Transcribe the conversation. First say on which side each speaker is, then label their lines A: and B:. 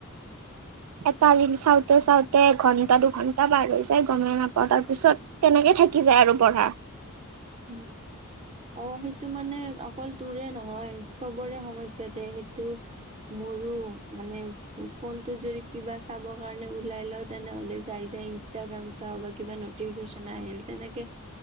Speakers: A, on the right (about 80°); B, on the right (about 30°).
A: এটা ৰিল চাওঁতে চাওঁতে এঘণ্টা-দুঘণ্টা পাৰ হৈ যায়, গমে নাপাওঁ তাৰপিছত তেনেকে থাকি যায় আৰু পঢ়া।
B: উম। অ', সেইটো মানে অকল তোৰে নহয়, চবৰে সমস্যা দে সেইটো মোৰো মানে ফোনটোত যদি কিবা চাবৰ কাৰণে ওলাই লওঁ, তেনেহ'লে যাই যাই ইন টাগ্ৰাম চাও বা কিবা নতিফিকেচনে আহিল, তেনেকে